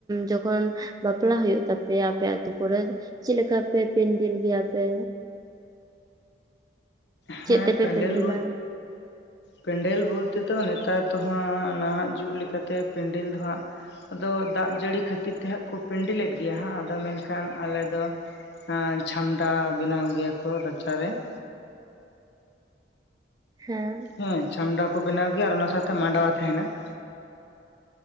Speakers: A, on the right; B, on the left.
A: ᱡᱚᱠᱷᱚᱱ ᱵᱟᱯᱞᱟ ᱦᱩᱭᱩᱜ ᱛᱟᱯᱮᱭᱟ ᱟᱯᱮ ᱟᱛᱩ ᱠᱚᱨᱮ ᱪᱮᱫ ᱞᱮᱠᱟ ᱯᱮ ᱯᱮᱱᱰᱮᱞ ᱜᱮᱭᱟ ᱯᱮ?
B: ᱦᱮᱸ
A: ᱪᱮᱫ ᱛᱮᱯᱮ
B: ᱯᱮᱱᱰᱮᱞ
A: ᱯᱮᱱᱰᱮᱞᱟ
B: ᱵ ᱯᱮᱱᱰᱮᱞ ᱵᱚᱞ ᱛᱮ ᱫᱚ ᱱᱮᱛᱟᱨ ᱫᱚ ᱦᱟᱸᱜ ᱱᱟᱦᱟᱜ ᱡᱩᱜᱽ ᱞᱮᱠᱟᱛᱮ ᱯᱮᱱᱰᱮᱞ ᱫᱚ ᱦᱟᱸᱜ ᱟᱫᱚ ᱫᱟᱜ ᱡᱟᱹᱲᱤ ᱠᱷᱟᱹᱛᱤᱨ ᱛᱮ ᱦᱟᱸᱜ ᱠᱚ ᱯᱮᱱᱰᱤᱞᱮᱫ ᱜᱮᱭᱟ ᱦᱟᱸᱜ ᱾ ᱟᱫᱚ ᱢᱮᱱᱠᱷᱟᱱ ᱟᱞᱮ ᱫᱚ ᱪᱷᱟᱢᱰᱟ ᱵᱮᱱᱟᱣ ᱜᱮᱭᱟ ᱠᱚ ᱨᱟᱪᱟᱨᱮ ᱾
A: ᱦᱮᱸ
B: ᱦᱮᱸ ᱪᱷᱟᱢᱰᱟ ᱠᱚ ᱵᱮᱱᱟᱣ ᱜᱮᱭᱟ ᱟᱨ ᱚᱱᱟ ᱥᱟᱶᱛᱮ ᱢᱟᱰᱣᱟ ᱛᱟᱦᱮᱱᱟ ᱾